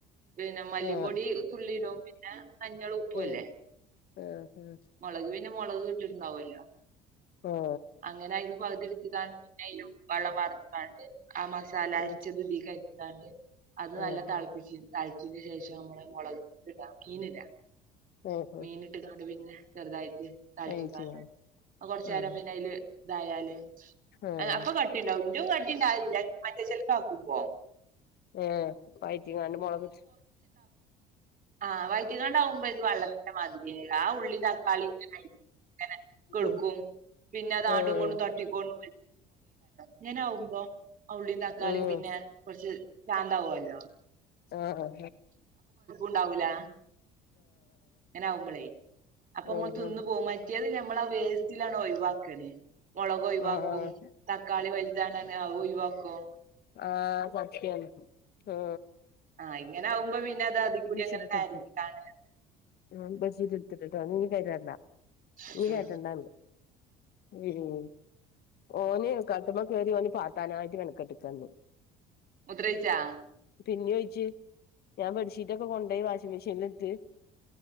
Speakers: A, on the right; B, on the left.
A: പിന്നെ മല്ലിപ്പൊടി
B: ആഹ്
A: തുള്ളിടും പിന്നെ മഞ്ഞളും ഉപ്പൂല്ലെ
B: ഏഹ് ആഹ്
A: മൊളക് ട്ട്ട്ട്ണ്ടാവൊല്ലോ
B: ആഹ്
A: അങ്ങനയ്ന്ന് പക് തി ട്ത്ത് <unintelligible> <unintelligible> വള്ളം വാർത്ത്ങ്ങാണ്ട് ആ മസാല അരച്ചത്
B: ആഹ്
A: തിക്ക് <unintelligible> ത് നല്ലോം
B: ആഹ്
A: തൾപ്പിച്ചിം തൾച്ചീൻ്റെ ശേഷം അമ്മള് മൊളക് <unintelligible> മീന്‌ട
B: ആഹ്
A: മീന്ട്ട്ങ്ങാണ്ട് പിന്നെ ചെറ്തായ്റ്റ് തൾച്ച്ങ്ങാണ്ട്
B: വേവിച്ച്ങ്ങാണ്ട്
A: അ കൊർച്ചേരം
B: ആഹ്
A: പിന്നയ്ല് തായാല്
B: ആഹ്
A: അനെ അപ്പൊ കട്ടിണ്ടാവും റ്റും കട്ടിണ്ടാലില്ല മറ്റേ ചേൽക്കാക്കുമ്പോ
B: ഏ വയ്റ്റിങ്ങാണ്ട് മൊളക് ട്ട്
A: ആ വയറ്റിങ്ങാണ്ടാവുമ്പോ ഇത് വള്ളത്തിന്റെ മാതിരിയെന്നെണ് ആ ഉള്ളിം തക്കാളി ട്ട് <unintelligible> കൊടുക്കും
B: ആഹ്
A: പിന്നെ അത് ആണ്ടും
B: ആഹ്
A: ങ്ങ്ണ്ടും തട്ടിക്കും ങ്ങനെ ആവുമ്പൊ ഉള്ളിം തക്കാളിം
B: ഉം
A: പിന്നെ കൊർച്ച് ശാന്താവൊല്ലൊ
B: ആ ആ
A: ഉണ്ടാവൂല ങ്ങനാവുമ്പളെയ് അപ്പ അമ്മള്
B: ആഹ്
A: ത് ന്ന് പോവും മറ്റേത് ഞം മ്മളാ വേസ്റ്റിലണ്ട് ഒയ്‌വാക്കാണ് മൊളകൊയ്‌വാക്കും
B: ആഹ് ആഹ്
A: തക്കാളി വെൽ താണേലൊ അവ് ഒയ്‌വാക്കും
B: ആ സത്യം ഓ
A: ആ ഇങ്ങനാവുമ്പൊ പിന്നെ അത് അതി കൂടി
B: ബെഡ്ഷീറ്റൊക്കെട്ക്ക്
A: അങ്ങനണ്ട് ആരഞ്ഞ്ങ്ങാണ്ട്
B: <unintelligible>
A: അപ്പൊ
B: ഉം ഓനെയ് കട്ട്മ്മെ കേറി ഓന് പാത്താനായ്ട്ട് മെനക്കട്ട്ക്കാണ് ന്ന്
A: മൂത്രയ്ച്ചാ
B: പിന്നി ഒയ്ച്ച് ഞാൻ ബെഡ്ഷീറ്റ് ഒക്കെ കൊണ്ടോയി വാഷിംഗ് മെഷീൻല്ട്ട്